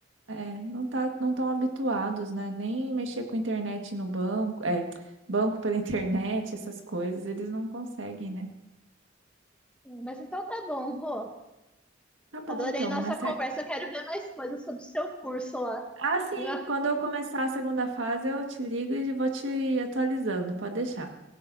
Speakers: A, on the right; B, in the centre.
A: É, não tá, não tão habituados, né? Nem mexer com internet no banco, é, banco pela <laughs> internet, essas coisas, eles não conseguem, né?
B: É, Mas então tá bom, Rô.
A: Tá bom,
B: Adorei
A: então,
B: nossa
A: mais
B: conversa.
A: tarde.
B: Eu quero ver mais coisas sobre o seu curso lá.
A: Ah, sim,
B: viu?
A: quando eu começar a segunda fase, eu te ligo e vou te atualizando, pode deixar.